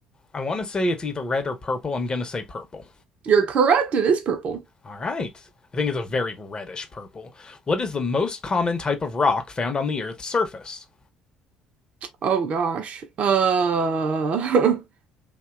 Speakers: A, on the left; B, on the right.
A: I want to say it's either red or purple. I'm gonna say purple.
B: You're correct. It is purple.
A: All right. I think it's a very reddish purple. What is the most common type of rock found on the Earth's surface?
B: Oh gosh. Uh, <laughs>